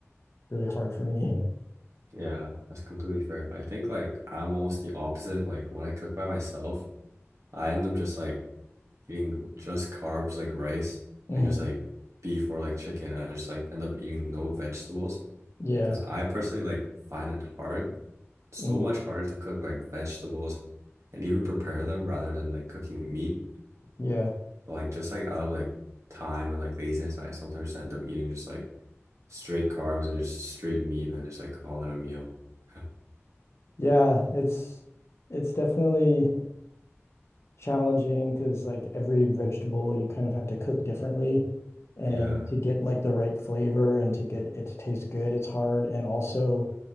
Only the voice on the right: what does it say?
Yeah, that's completely fair. I think like I'm almost the opposite. Like when I cook by myself, I end up just like eating just carbs like rice
and
just like beef or like chicken. I just like end up eating no vegetables
because I personally like find it hard, so
much harder to cook like vegetables and even prepare them rather than like cooking meat.
But, like just like out of like time and like laziness, I sometimes end up eating just like straight carbs and just straight meat and just like call it a meal. <laughs>
Yeah,